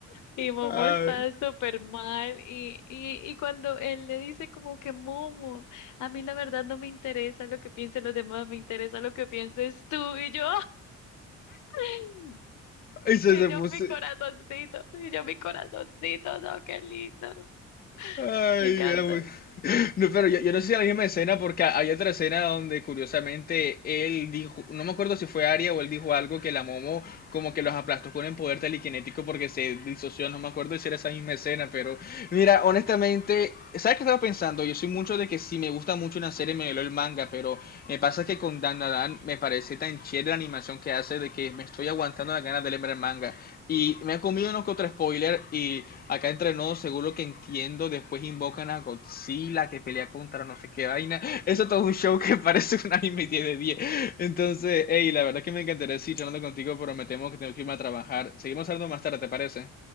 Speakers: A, on the left (about 75°); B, on the left (about 30°).
A: Y Momo
B: Ay,
A: está súper mal y, y, y cuando él le dice como que Momo, a mí la verdad no me interesa lo que piensen los demás, me interesa lo que pienses tú y yo, ¡ay!
B: eso
A: y
B: se
A: yo
B: puso.
A: mi corazoncito, y yo mi corazoncito, no, qué lindo,
B: Ay,
A: me encanta.
B: era muy- No, pero yo, yo no sé si es la misma escena porque hay otra escena donde curiosamente él dijo, no me acuerdo si fue Aria o él dijo algo que la Momo como que los aplastó con el poder telequinético porque se disoció, no me acuerdo si era esa misma escena, pero mira, honestamente, ¿sabes qué estaba pensando? Yo soy mucho de que si me gusta mucho una serie me leo el manga, pero me pasa que con Dan me parece tan chévere la animación que hace de que me estoy aguantando las ganas de leer el manga. Y me ha comido unos que otro spoiler y acá entre nos, según lo que entiendo, después invocan a Godzilla que pelea contra no sé qué vaina. Eso es todo un show que <laughs> parece un anime 10 de diez Entonces, hey, la verdad es que me encantaría seguir charlando contigo, pero me temo que tengo que irme a trabajar. Seguimos hablando más tarde, ¿te parece?